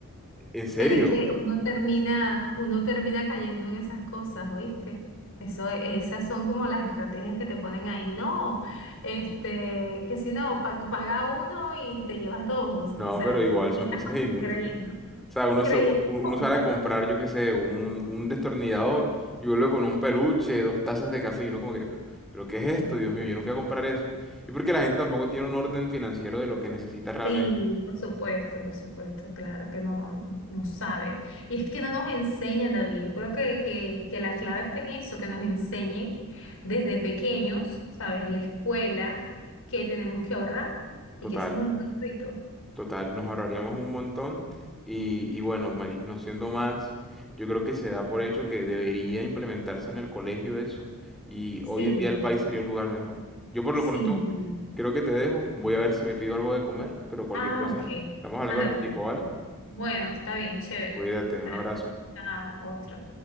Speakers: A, in the centre; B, on the left.
A: en serio.
B: Pero es que uno termina, uno termina cayendo en esas cosas, ¿oíste? Eso, esas son como las estrategias que te ponen ahí, no, este, que si no, pa- paga uno y te llevas dos,
A: No,
B: o sea,
A: pero igual
B: tú terminas
A: son cosas
B: como
A: inútiles.
B: creyendo,
A: O sea, uno,
B: creyendo
A: se- un- un- uno
B: cosas.
A: sale a comprar, yo qué sé, un, un destornillador y vuelve con un peluche, dos tazas de café y uno como que, pero, pero ¿qué es esto? Dios mío, yo no fui a comprar eso. Y porque la gente tampoco tiene un orden financiero de lo que necesita realmente.
B: Sí, por supuesto, por supuesto, claro que no, no sabe. Y es que no nos enseñan, David. Yo creo que, que, que la clave está en eso, que nos enseñen desde pequeños, ¿sabes? En la escuela, que tenemos que ahorrar y
A: Total.
B: que ese es un buen hábito.
A: Total, nos ahorraríamos un montón. Y, y bueno, Maris, no siendo más, yo creo que se da por hecho que debería implementarse en el colegio eso. Y
B: Sin
A: hoy en
B: duda,
A: día el país sería un lugar mejor. Yo por
B: sin
A: lo pronto
B: duda.
A: creo que te dejo. Voy a ver si me pido algo de comer, pero cualquier
B: Ah,
A: cosa.
B: ok.
A: Estamos hablando
B: Anda
A: al ratico,
B: pues.
A: ¿vale?
B: Bueno, está bien, chévere.
A: Cuídate,
B: Dale,
A: un abrazo.
B: ah, otro.